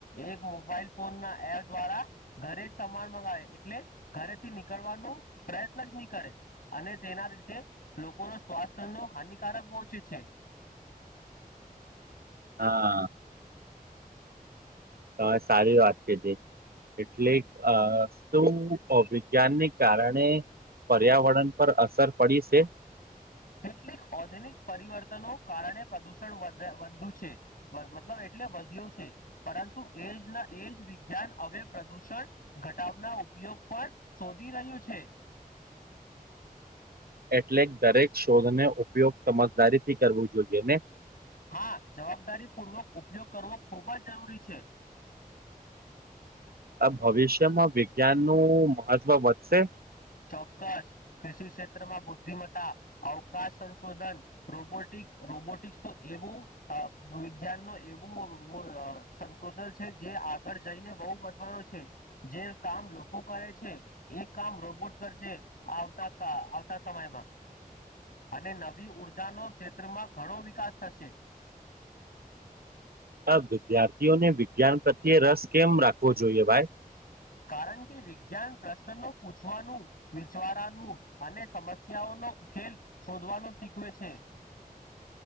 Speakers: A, on the left (about 70°); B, on the right (about 85°).
A: એક મોબાઈલ ફોન ના એપ દ્વારા ઘરે જ સામાન મંગાવ એટલે ઘરેથી નીકળવાનો પ્રયત્ન જ નહી કરે અને તેના લીધે લોકોનો સ્વાસ્થ નો હાનિકારક પહોચે છે. <inaudible>
B: હા. તમારે સારી વાત કીધી. એટલે આ શું અભિજ્ઞાનને કારણે પર્યાવરણ પર અસર પડી છે.
A: કેટલીક ઓધનિક પરિવર્તનો કારણે પ્રદુષણ વધ વધુ છે મતલબ એટલે વધુ છે પરંતુ એજ ના એ જ વિજ્ઞાન હવે પ્રદૂષણ ઘટાવના ઉપર ઉપયોગ પણ શોધી રહ્યું છે
B: એટલે દરેક શોધને ઉપયોગ સમજદારી થી કરવું જોઈએ ને
A: હા જવાબદારી પૂર્વક ઉપયોગ કરવો ખૂબ જ જરૂરી છે
B: આ ભવિષ્યમાં વિજ્ઞાન નું મહત્વ વધશે
A: ચોક્કસ કૃષિ ક્ષેત્રમાં બુદ્ધિમત્તા અવકાશ સંશોધન રોબોટિક રોબોટિક્સ તો એવું વિજ્ઞાન નો એવું સંશોધન છે આગળ જઈને બહુ બવાનો છે જે કામ લોકો કરે છે એ કામ રોબોટ કરજ આવતા આવતા સમયમાં અને નવી ઉર્જાનો ક્ષેત્રમાં ઘણો વિકાસ થશે <unintelligible>
B: આ વિદ્યાર્થીઓને વિજ્ઞાન પ્રત્યે રસ કેમ રાખવો જોઈએ ભાઈ
A: કારણ કે વિજ્ઞાન પ્રશ્ન નું પૂછવાનું વિચારવાનું અને સમસ્યાઓનું નો ખેલ શોધવાનું શીખવે છે